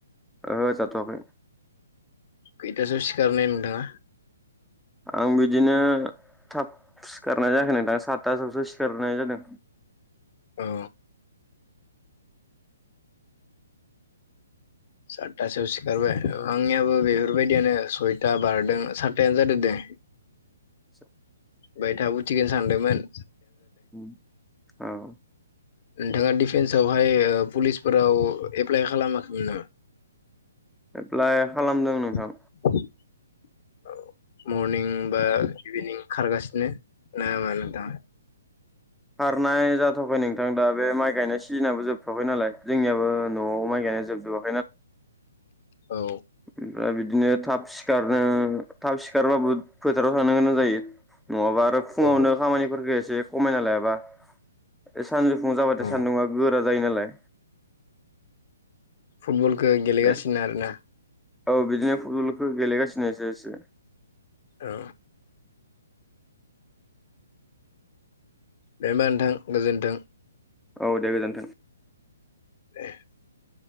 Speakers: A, in the centre; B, on the left.
A: ओ जाथ'वाखै
B: खैथासो सिखारनाय नोंथाङा?
A: आं बिदिनो थाब सिखारनाय जायाखै नोंथां सातथासोआवसो सिखारनाय जादों
B: औ सातथासोआव सिखारबाय आंनियाबो बेफोरबायदियानो सयता बारदों सातथायानो जादो दे <inaudible>
A: <inaudible>
B: फाय थाब उथिगोन सानदोमोन
A: उ औ
B: नोंथाङा डिफेन्सावहाय पुलिसफोराव एप्लाय खालामाखैमोन नामा?
A: एप्लाइ खालामदों नोंथां
B: <inaudible> अ मरनिं बा इभिनिं खारगासिनो ना मा नोंथाङा?
A: खारनाय जाथ'वाखै नोंथां दा बे माइ गायनाय सिजोनाबो जोबथ'वाखै नालाय जोंनियाबो न'आव माइ गाय <unintelligible>
B: औ
A: ओमफ्राय बिदिनो थाब सिखारनो थाब सिखारबाबो फोथाराव थांनो गोनां जायो। नङाबा आरो फुङावनो
B: औ
A: खामानिफोरखौ एसे खमायना लायाबा एस सानजुफुं जाबाथाय
B: औ
A: सान्दुंआ गोरा जायो नालाय
B: फुटबलखौ गेलेगासिनो
A: बे
B: आरोना
A: औ बिदिनो फुटबलखौ गेलेगासिनो एसे-एसे
B: औ दे ओमबा नोंथां गोजोनथों
A: औ दे गोजोन्थों
B: <inaudible>